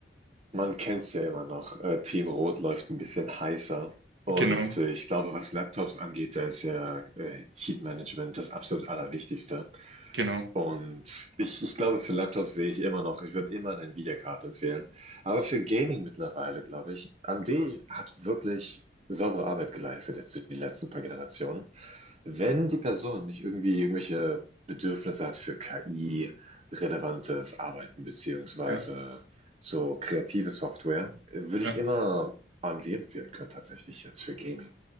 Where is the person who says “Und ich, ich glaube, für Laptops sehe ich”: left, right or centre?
Right